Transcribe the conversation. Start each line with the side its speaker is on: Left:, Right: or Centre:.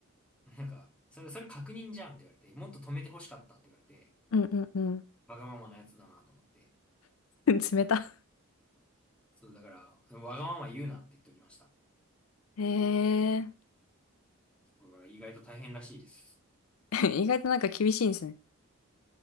Centre: なんか、それ、それ確認じゃんって言われて、もっと止めて欲しかったって言われて、
Left: うんうんう
Centre: わがままなやつだなと思って。
Left: ん。<laughs> 冷た。
Centre: そう、だから、わがまま言うなって言っときました。
Left: へえ。
Centre: これは意外と大変らしいです。
Left: <laughs> 意外となんか厳しいんですね。